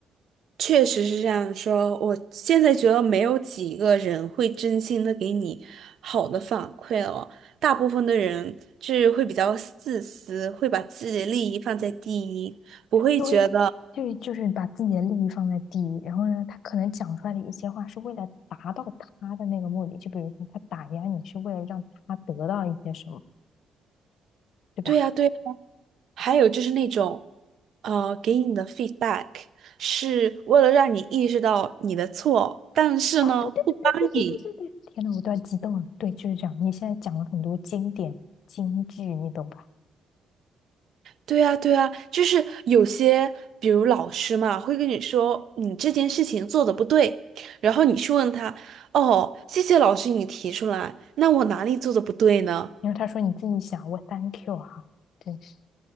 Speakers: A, on the right; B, on the left.
A: 确实是这样说，我现在觉得没有几个人会真心的给你好的反馈了，大部分的人就是会比较自私，会把自己的利益放在第一，不会觉得
B: 对，就就是把自己的利益放在第一，然后呢，他可能讲出来的一些话是为了达到他的那个目的，就比如说他打压你是为了让他得到一些什么，对吧？
A: 对呀对呀。还有就是那种，呃，给你的 feedback 是为了让你意识到你的错，但是呢，
B: 哦，对对对对对对对对对，
A: 不帮你。
B: 天呐，我都要激动了。对，就是这样。你现在讲了很多经典金句，你懂吧？
A: 对呀，对呀，就是有些，比如老师嘛，会跟你说你这件事情做的不对，然后你去问他，哦，谢谢老师你提出来，那我哪里做的不对呢？
B: 然后他说你自己想，我 thank you 哈，真是。